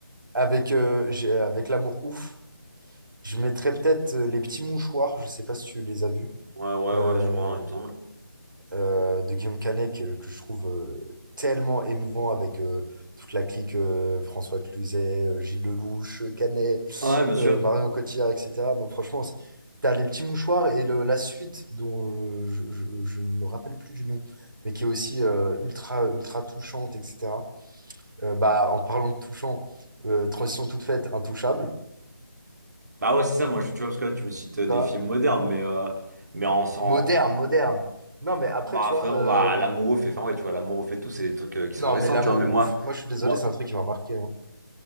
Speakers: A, on the right (about 70°); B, on the right (about 55°).
A: Avec, euh, j'ai- avec L'amour ouf, je mettrais peut-être euh, Les Petits Mouchoirs. Je sais pas si tu les as vus.
B: ouais, ouais,
A: Euh,
B: ouais, je crois, hein, il me semble.
A: euh, de Guillaume Canet que, que je trouve euh, tellement émouvant avec euh, toute la clique euh, François Cluzet, euh, Gilles Lelouch, euh, Canet,
B: Ouais, bien sûr.
A: euh, Marion Cotillard, etc. Donc franchement, c'est- t'as les petits mouchoirs et le- la suite dont je, je- je- je ne me rappelle plus du nom, mais qui est aussi euh, ultra, ultra touchante, etc. Euh, bah, en parlant de touchant, euh, transition toute faite, intouchable,
B: Bah ouais, c'est ça, moi, je- tu vois, parce que là, tu me cites euh,
A: tu
B: des
A: vois,
B: films modernes, mais, euh, mais en, en- en-
A: moderne, moderne. Non, mais après,
B: Bah,
A: tu vois,
B: frérot,
A: euh,
B: bah, l'amoureux fait... Enfin, ouais, tu vois, l'amour fait tout, c'est des trucs euh, qui sont
A: non,
B: récents,
A: mais l'amour
B: tu vois, mais moi,
A: ouf, moi je suis désolé,
B: moi,
A: c'est un truc qui m'a marqué. hein.